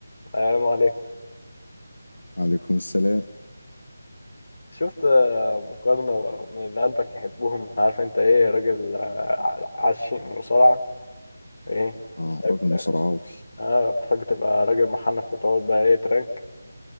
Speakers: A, on the left; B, on the left.
A: السلام عليكم
B: عليكم السلام
A: شفت آه، مقارنة من اللي قلبك يحبهم عارف انت ايه راجل آه، عشيق مصارعة ايه
B: اه راجل
A: اه
B: مصارعاوي
A: آه، بتحب تبقى راجل محنك وتقعد بقى ايه ترانك